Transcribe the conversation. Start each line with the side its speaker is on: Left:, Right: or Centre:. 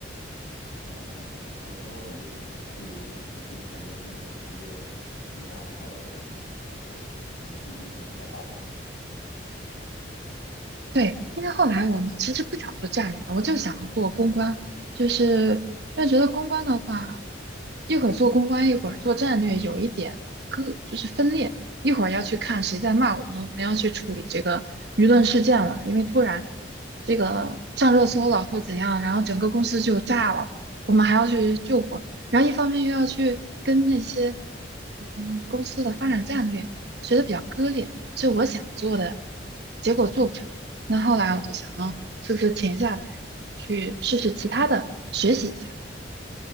Left: 啊，原来如此。然后之后你就选择去，你就去感觉自己的职业生涯遭到了瓶颈，然后就选择去英国再发展，是吧？
Right: 对，因为后来我们其实不想做战略了，我就想做公关，就是因为觉得公关的话，一会儿做公关，一会儿做战略，有一点割就是分裂，一会儿要去看谁在骂我们，我们要去处理这个舆论事件了，因为突然这个上热搜了或怎样，然后整个公司就炸了，我们还要去救火，然后一方面又要去跟那些嗯公司的发展战略，就觉得比较割裂，所以我想做的结果做不成。那后来我就想啊，
Left: 啊，
Right: 是不是停下来去试试其他的，学习一下？